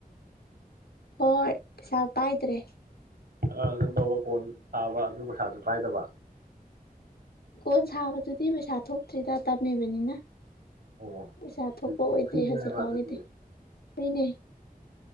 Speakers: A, on the left (about 85°); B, on the right (about 75°).
A: ꯍꯣꯏ ꯄꯩꯁꯥ ꯄꯥꯏꯗ꯭ꯔꯦ
B: ꯑꯉꯥꯡ ꯁꯟꯖꯨ ꯇꯧꯕ ꯀꯣꯟꯖꯨ ꯁꯥꯕ ꯑꯗꯨꯒ ꯄꯩꯁꯥꯖꯨ ꯄꯥꯏꯗꯕ
A: ꯀꯣꯟ ꯁꯥꯕꯗꯨꯗꯤ ꯄꯩꯁꯥ ꯊꯣꯛꯇ꯭ꯔꯤꯗ ꯇꯝꯃꯤꯕꯅꯤꯅ
B: ꯑꯣ ꯍꯧꯖꯤꯛꯇꯤ
A: ꯄꯩꯁꯥ ꯊꯣꯛꯄ ꯑꯣꯏꯗ꯭ꯔꯤ
B: ꯐ꯭ꯔꯤꯅꯦꯕ
A: ꯍꯧꯖꯤꯛꯄꯥꯎꯒꯤꯗꯤ
B: ꯑꯗꯨꯗꯤ
A: ꯃꯅꯦ